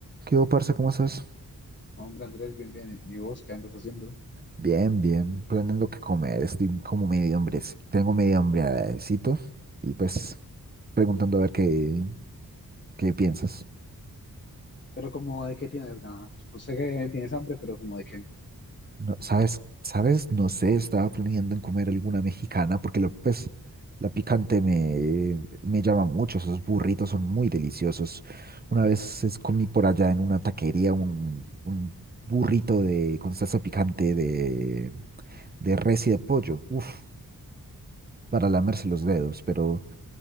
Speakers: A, on the right; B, on the left.
A: ¿Qué hubo, parce? ¿Cómo estás?
B: Hombre, Andrés, bien, bien. ¿Y vos qué andas haciendo?
A: Bien, bien, planeando qué comer. Estoy como medio hambre. Tengo medio hambrecito y pues preguntando a ver qué, qué piensas.
B: Pero como de qué tienes ganas. Pues sé que tienes hambre, pero como de qué.
A: No, ¿sabes? ¿Sabes? No sé, estaba planeando en comer alguna mexicana porque lo, pues la picante me, me llama mucho. Esos burritos son muy deliciosos. Una vez es- comí por allá en una taquería un, un burrito de, con salsa picante de, de res y de pollo. Uf, para lamerse los dedos, pero...